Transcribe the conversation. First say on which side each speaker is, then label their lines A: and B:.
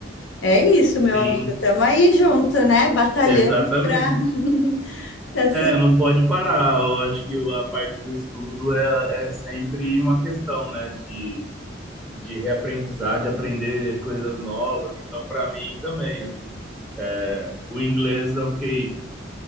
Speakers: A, on the left (about 85°); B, in the centre.
A: É isso, meu
B: Sim,
A: amigo. Estamos aí junto, né? Batalhando
B: Exatamente.
A: para <laughs> para seguir.
B: É, não pode parar. Eu acho que a parte do estudo é, é sempre uma questão, né, de, de reaprendizar, de aprender coisas novas. Então, para mim também, assim, é, o inglês eu fiquei